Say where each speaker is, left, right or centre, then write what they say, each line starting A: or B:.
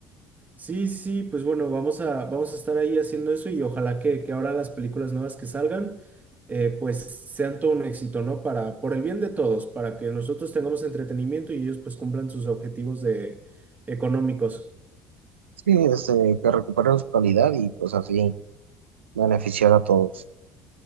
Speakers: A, on the right (about 25°); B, on the right (about 90°).
A: Sí, sí, pues bueno, vamos a, vamos a estar ahí haciendo eso y ojalá que, que ahora las películas nuevas que salgan, eh, pues sean todo un éxito, ¿no? Para, por el bien de todos, para que nosotros tengamos entretenimiento y ellos pues cumplan sus objetivos de, económicos.
B: Sí, este, que recuperen su calidad y pues así beneficiar a todos.